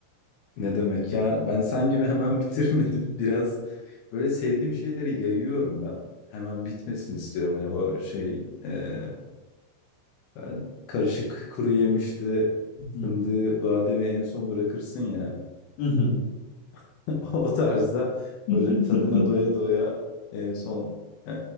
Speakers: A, on the left (about 70°); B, on the left (about 85°).
A: Ne demek ya? Ben sen gibi hemen bitirmedim. <laughs> Biraz böyle sevdiğim şeyleri yayıyorum ben. Hemen bitmesin istiyorum. Hani o şey e, ben karışık kuru yemişti
B: Hı hı.
A: fındığı, bademi en son bırakırsın ya.
B: Hı hı.
A: <laughs> O tarzda
B: <laughs>
A: böyle tadına doya doya en son e,